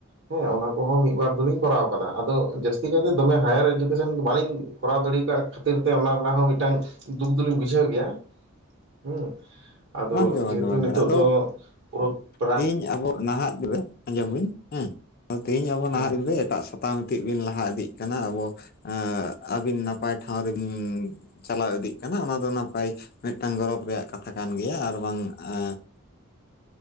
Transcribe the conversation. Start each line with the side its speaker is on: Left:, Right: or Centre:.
Right: ᱦᱮᱸ, ᱚᱱᱟ ᱠᱚᱦᱚᱸ ᱢᱤᱫᱵᱟᱨ ᱫᱚᱞᱤᱧ ᱠᱚᱨᱟᱣ ᱠᱟᱫᱟ, ᱟᱫᱚ ᱡᱟᱹᱥᱛᱤ ᱠᱟᱭᱛᱮ ᱫᱚᱢᱮ ᱦᱟᱭᱟᱨ ᱮᱰᱩᱠᱮᱥᱚᱱ ᱫᱚ ᱵᱟᱞᱤᱧ ᱠᱚᱨᱟᱣ ᱫᱟᱲᱮᱣ ᱠᱟᱫ ᱠᱷᱟᱹᱛᱤᱨ ᱛᱮ ᱚᱱᱟ ᱨᱮᱱᱟᱜ ᱦᱚᱸ ᱢᱤᱫᱴᱟᱝ ᱫᱩᱠ ᱫᱚᱞᱤᱧ ᱵᱩᱡᱷᱟᱹᱣ ᱜᱮᱭᱟ ᱾ ᱦᱮᱸ, ᱟᱫᱚ
Left: ᱵᱟᱝᱜᱮ ᱵᱟᱝᱜᱮ
Right: ᱡᱮᱦᱮᱛᱩ
Left: ᱵᱟᱝᱜᱮ
Right: ᱱᱤᱛᱚᱜ
Left: ᱟᱫᱚ
Right: ᱫᱚ <unintelligible>
Left: ᱛᱮᱦᱤᱧ ᱟᱵᱚ ᱱᱟᱦᱟᱜ ᱫᱤᱱ ᱨᱮ ᱟᱸᱡᱚᱢ ᱵᱤᱱ ᱦᱮᱸ ᱛᱮᱦᱤᱧ ᱟᱵᱚ
Right: ᱦᱮᱸ
Left: ᱱᱟᱦᱟᱜ ᱫᱤᱱᱨᱮ ᱮᱴᱟᱜ ᱥᱟᱛᱟᱢ ᱴᱤᱜ ᱵᱤᱱ ᱞᱟᱦᱟ ᱤᱫᱤᱜ ᱠᱟᱱᱟ ᱟᱵᱚ ᱮ ᱟᱹᱵᱤᱱ ᱱᱟᱯᱟᱭ ᱴᱷᱟᱶ ᱨᱮᱵᱤᱱ ᱪᱟᱞᱟᱣ ᱤᱫᱤᱜ ᱠᱟᱱᱟ ᱚᱱᱟ ᱫᱚ ᱱᱟᱯᱟᱭ ᱢᱤᱫᱴᱟᱝ ᱜᱚᱨᱚᱵᱽ ᱨᱮᱭᱟᱜ ᱠᱟᱛᱷᱟ ᱠᱟᱱ ᱜᱮᱭᱟ ᱾ ᱟᱨ ᱵᱟᱝ ᱟ